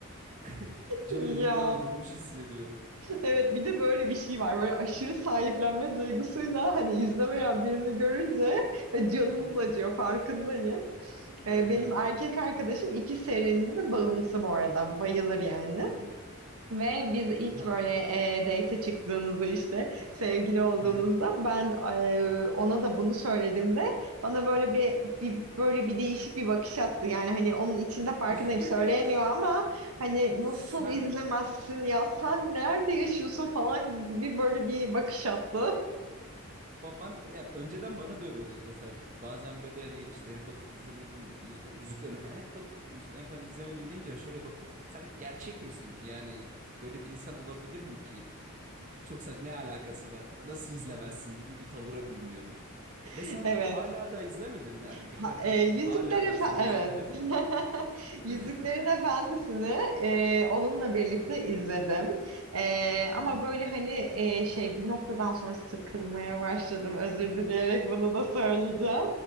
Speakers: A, on the right; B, on the right.
A: <laughs> can
B: Ya
A: evimden vurulmuş hissediyorum.
B: evet bir de böyle bir şey var böyle aşırı sahiplenme duygusuyla hani izlemeyen birini görünce e, canınız
A: Hı-hı.
B: acıyor farkındayım.
A: Evet
B: Ee, benim
A: evet
B: erkek
A: ya.
B: arkadaşım iki serinin de bağımlısı bu arada bayılır yani.
A: Hı-hı.
B: Ve biz ilk
A: Ha-
B: böyle e, date çıktığımızda işte sevgili olduğumuzda
A: Hı-hı.
B: ben e, ona da bunu söylediğimde bana böyle bir, bir böyle bir değişik bir bakış attı. Yani hani onun içinde farkındayım
A: <laughs>
B: söyleyemiyor ama hani
A: Sen
B: nasıl izlemezsin ya sen nerede yaşıyorsun falan gibi böyle bir bakış attı.
A: baban ya önceden bana da öyle oluyordu mesela. Bazen böyle hani işte Harry Potter izlemedim, Yüzüklerin, Yüzüklerin Efendisi, Harry Potter, Yüzüklerin Efendisi izlemedim deyince şöyle bakıyordum. Sen gerçek misin ki yani böyle bir insan olabilir mi ki? Çok saçma ne alakası var? Nasıl izlemezsin gibi bir tavıra bürünüyordum.
B: <laughs>
A: Ve sen
B: Evet.
A: hala da izlemedin mi? Erkek
B: Ha,
A: arkadaşın
B: e, Yüzükler
A: hala
B: Efendisi,
A: daha sana
B: evet.
A: izletemedi
B: <laughs>
A: mi?
B: Yüzüklerin
A: <laughs>
B: Efendisi'ni e, onunla birlikte izledim. E,
A: Hı
B: ama
A: hı.
B: böyle hani e, şey bir noktadan sonra sıkılmaya başladım. Özür dileyerek bunu da söyleyeceğim.